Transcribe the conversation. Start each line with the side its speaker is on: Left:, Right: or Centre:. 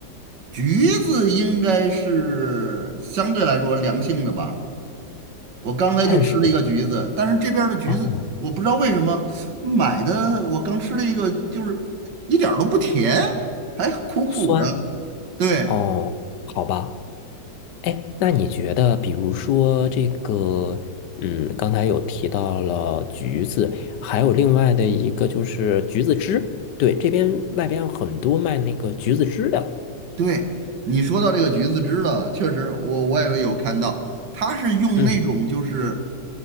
Right: 橘子应该是相对来说凉性的吧，我刚才就吃了一个橘子，
Left: 但是，
Right: 但是这边儿的橘子我不知道为什么买的，
Left: 哦，
Right: 我刚吃了一个就是一点儿都不甜，还苦苦的，
Left: 酸，
Right: 对。
Left: 哦，好吧。哎，那你觉得，比如说这个，嗯，刚才有提到了橘子，还有另外的一个就是橘子汁，对，这边外边很多卖那个橘子汁的。
Right: 对，你说到这个橘子汁了，确实我我也有看到，它是用那种就是
Left: 嗯，